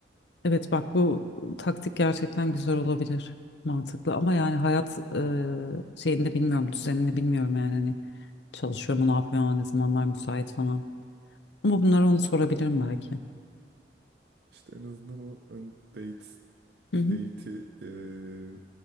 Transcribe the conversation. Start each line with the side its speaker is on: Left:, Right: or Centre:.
Left: Evet bak bu taktik gerçekten güzel olabilir. Mantıklı ama yani hayat e, şeyini de bilmiyorum, düzenini bilmiyorum yani hani çalışıyor mu, ne yapıyor, ne zamanlar müsait falan. Ama bunları onu sorabilirim belki.
Right: İşte en azından o hani date
Left: Hı hı.
Right: date'i eee,